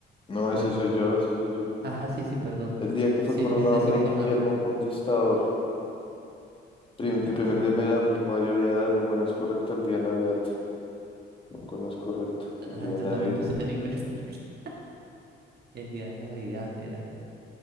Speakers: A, on the left; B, on the right.
A: No, ese
B: Bueno,
A: soy yo, ese soy yo.
B: ah, sí, sí, perdón.
A: El día que fue
B: Sí,
A: coronado
B: ese
A: rey
B: sí, coja.
A: Guillermo Conquistador. Prim-
B: El primer.
A: de primer día de mi edad, cumplí mayoría de edad, ninguna es correcta el día de Navidad. Ninguna es correcta el
B: Ah,
A: día de
B: yo
A: Navidad.
B: también puse ninguna. <laughs> El día de Navidad era.